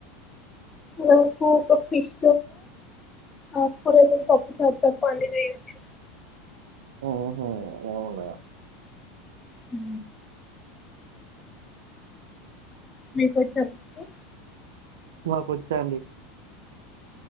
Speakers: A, on the left; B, on the right.
A: నాకు ఒక పిష్ ఆకూరలు తప్ప <unintelligible>
B: ఓహో! అవునా!
A: హు మీకు వచ్చా <inaudible>
B: మాకు వచ్చాండి